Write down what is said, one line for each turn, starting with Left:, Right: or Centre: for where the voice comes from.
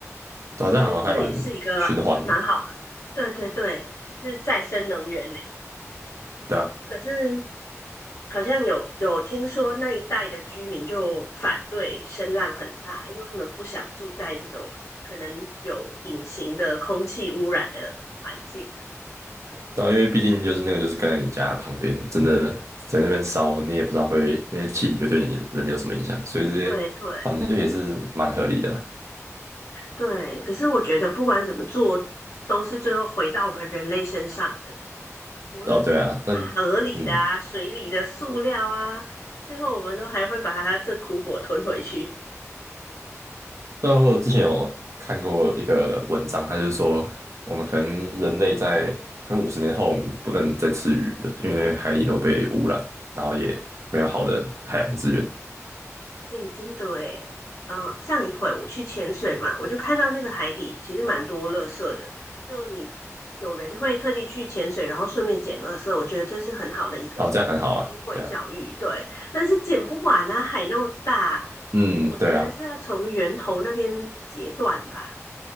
Right: 对啊，
Left: 我觉得这也是一个蛮好的，
Right: 这样好像还蛮循环的，
Left: 对对对，是再生能源呢。
Right: 对啊，
Left: 可是好像有有听说那一带的居民就反对声浪很大，因为他们不想住在这种可能有隐形的空气污染的环境。对
Right: 对啊，因为毕竟就是那个就是跟在你家旁边，真的在那边烧，你也不知道会那些气体会对你人有什么影响，所以这些反正也是蛮合理的。
Left: 对对对，可是我觉得不管怎么做，都是最后回到我们人类身上的，无论是
Right: 哦，对啊，但嗯，
Left: 河里的啊、水里的塑料啊，最后我们都还会把它这苦果吞回去。
Right: 对然我有之前有看过一个文章，它就是说我们可能人类在可能五十年后我们不能再吃鱼了，因为海里都被污染，然后也没有好的海洋资源。
Left: 对，真的诶，嗯、上一回我去潜水嘛，我就看到那个海底其实蛮多垃圾的，就你有人会特地去潜水，然后顺便捡垃圾，我觉得这是很好的一个机会教育，
Right: 哦，这样很好啊，对啊，
Left: 对。但是捡不完啊，海那么大，
Right: 嗯，
Left: 我觉得是要从源头那边截断吧。
Right: 对啊，